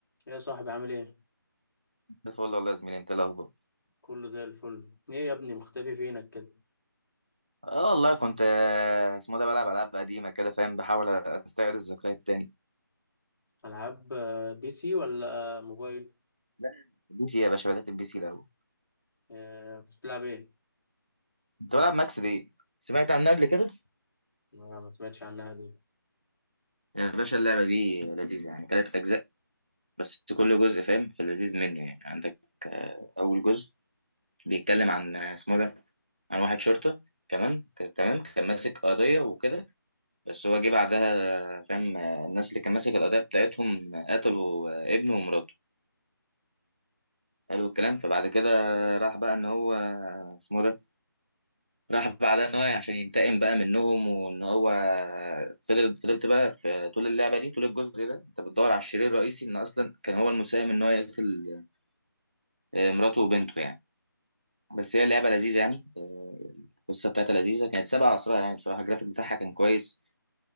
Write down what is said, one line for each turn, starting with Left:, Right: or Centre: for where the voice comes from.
Left: يا صاحبي عامل ايه
Right: ده فل والله يا زميلي انت إيه الاخبار
Left: كله زي الفل ايه يا ابني مختفي فينك كده
Right: اه والله كنت آه، اسمه ده بلعب العاب قديمه كده فاهم بحاول استعيد الذكريات تاني
Left: العاب آه، بي سي ولا آه، موبايل
Right: لا بي سي يا باشا بدات البي سي الاول
Left: آه، كنت بتلعب ايه
Right: كنت بلعب ماكس بي سمعت عنها قبل كده
Left: آه، ما سمعتش عنها دي
Right: يا باشا اللعبه دي لذيذه يعني ثلاث اجزاء بس كل جزء فاهم في اللذيذ منه يعني عندك آه، اول جزء بيتكلم عن آه، اسمه ده عن واحد شرطه كمان ت- تمام كان ماسك قضيه وكده بس هو جه بعدها آه، فاهم آه، الناس اللي كان ماسك القضيه بتاعتهم آه، قتلوا آه، ابنه ومراته حلو الكلام فبعد كده راح بقى ان هو اسمه ده راح بعدها ان هو عشان ينتقم بقى منهم وان هو فضل فضلت بقى في طول اللعبه دي طول الجزء ده انت بتدور على الشرير الرئيسي ان اصلا كان هو المساهم ان هو يقتل آه، مراته وبنته يعني بس هي اللعبه لذيذه يعني آه، القصه بتاعتها لذيذه كانت سابقه عصرها يعني بصراحه الجرافيك بتاعها كان كويس